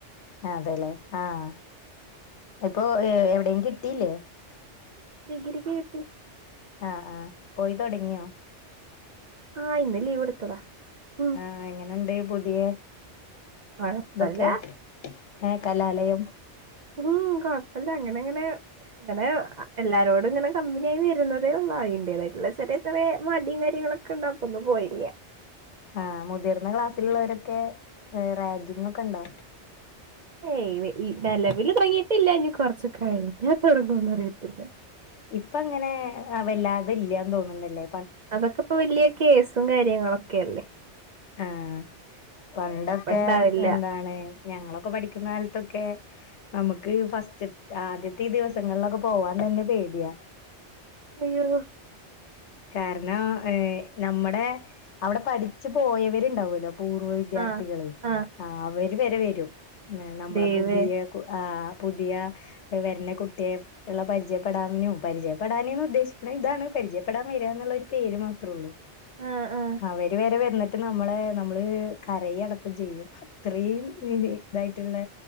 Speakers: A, on the left; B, on the right.
A: ആ അതെല്ലേ ആഹ് ഇപ്പൊ എവിട കിട്ടീല്ലേ?
B: ഡിഗ്രിക്ക് കിട്ടി.
A: ആഹ് ആ പോയി തൊടങ്ങിയോ?
B: ആഹ് ഇന്ന്. ലീവ് എടുത്തതാ ഉം
A: ആഹ് എങ്ങനുണ്ട് പുതിയ
B: കൊഴപ്പല്ല
A: ഇതൊക്കെ? ഏഹ് കലാലയം
B: ഉം കൊഴപ്പില്ല അങ്ങനെങ്ങനെ അങ്ങനെ എല്ലാരോടങ്ങനെ കമ്പനിയായി വരുന്നതെയുള്ളൂ അയിന്റെതായിട്ടുള്ള ചെറി ചെറചെറിയ മടിയും കാര്യങ്ങളൊക്കെ. ക്കണ്ട പ്പൊന്നും പോയില്ലേ
A: ആഹ് മുതിർന്ന ക്ലാസ്സിലുള്ളവരൊക്കെ റാഗിങ് ഒക്കെണ്ടാവും.
B: ഏയ് ഈ നിലവില് തൊടങ്ങിയിട്ടില്ല ഇഞ്ഞ കൊറച്ച കഴിഞ്ഞാ തൊടങ്ങുംന്ന് അറിയത്തില്ല.
A: ഇപ്പ അങ്ങനെ വല്ലാതെ ഇല്ലാന്ന് തോന്നണ്ടല്ലേ.
B: അതൊക്കെ ഇപ്പോ വലിയ കേസും കാര്യങ്ങളൊക്കെയല്ലേ.
A: ആഹ് പണ്ടൊക്കെ
B: ഇണ്ടാവില്ല
A: എന്താണ് ഞങ്ങളൊക്കെ പഠിക്കുന്ന കാലത്തൊക്കെ നമുക്ക് ഫസ്റ്റ്ത്തെ ആദ്യത്തെ ഈ ദിവസങ്ങളിലൊക്കെ പോവാൻ തന്നെ പേടിയാ.
B: അയ്യോ
A: കാരണം ഏഹ് നമ്മടെ അവിടെ പഠിച്ചു പോയവരുണ്ടാവൂലോ പൂർവ വി വിദ്യാർത്ഥികള്
B: ആ ആ
A: അവര് വരെ വരും നമ്മളെ
B: ദൈവേ
A: പുതിയ ആ.. പുതിയാ വരുന്ന കുട്ടിയെ ഉള്ള പരിചയപ്പെടാനും പരിചയപ്പെടാനേന്ന് ഉദ്ദേശിക്കണേ ഇതാണ് പരിചയ പ്പെടാൻ വരാ എന്നാ പേര് മാത്രൊള്ളൂ
B: ആ ആ
A: അവര് വരെ വന്ന ട്ട് നമ്മളെ നമ്മള് കരയടക്കം ചെയ്യും അത്രയും ഇതായിട്ടുള്ള